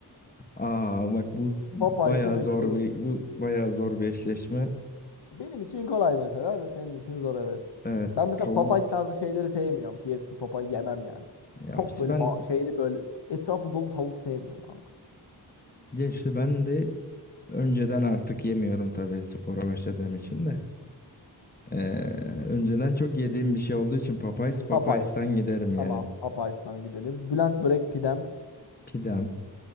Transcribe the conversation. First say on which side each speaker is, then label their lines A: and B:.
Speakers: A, on the left (about 20°); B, on the left (about 70°).
A: Aa bak bu
B: Popeyes
A: bayağı
B: mi McDonald's
A: zor bir
B: mı?
A: bu bayağı zor bir eşleşme.
B: Benim için kolay mesela da senin için zor evet.
A: Evet
B: Ben mesela
A: tavuk.
B: Popeyes tarzı şeyleri sevmiyorum. KFC Popeyes yemem yani.
A: Ya
B: Çok
A: işte
B: böyle
A: ben
B: ba- şeyli böyle etrafı dolu tavuk sevmiyorum kanka.
A: ya işte ben de önceden artık yemiyorum tabii spora başladığım için de. Ee, önceden çok yediğim bir şey olduğu için Popeyes Popeyes'ten
B: Popeyes.
A: giderim yani.
B: Tamam Popeyes'tan gidelim. Bülent Börek pidem.
A: Pidem.